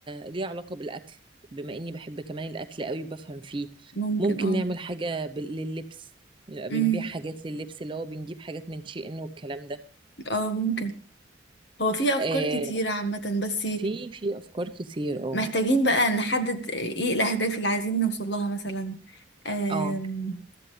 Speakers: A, on the right (about 25°); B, on the left (about 60°).
A: ليها علاقة بالأكل بما إني بحب كمان الأكل قوي بفهم فيه
B: ممكن
A: ممكن
B: اه
A: نعمل حاجة بال- لللبس نبقى بنبيع
B: امم
A: حاجات لللبس اللي هو بنجيب حاجات من شي إن والكلام ده
B: اه ممكن هو في أفكار
A: آه
B: كتيرة عامة بس
A: في في أفكار كتير اه
B: محتاجين بقى نحدد ايه الأهداف اللي عايزين نوصل لها مثلا أم...
A: اه